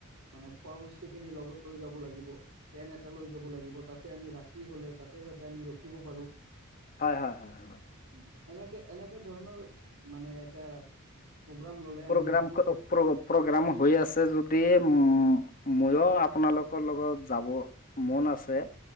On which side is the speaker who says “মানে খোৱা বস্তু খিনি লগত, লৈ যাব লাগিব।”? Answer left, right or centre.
Right